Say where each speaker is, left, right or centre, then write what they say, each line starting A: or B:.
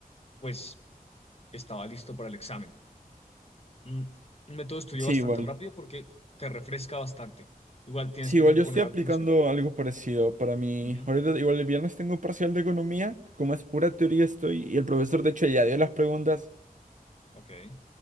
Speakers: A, on the left (about 40°); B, on the right (about 55°).
A: pues, estaba listo para el examen. Mm, Un método de estudio
B: Sí,
A: bastante
B: igual.
A: rápido porque te refresca bastante. Igual tienes
B: Sí,
A: que
B: igual
A: ten-
B: yo
A: poner
B: estoy aplicando
A: atención.
B: algo parecido para mí.
A: Ujú,
B: Ahorita, igual el viernes tengo parcial de economía, como es pura teoría estoy, y el profesor de hecho ya dio las preguntas.
A: Ok,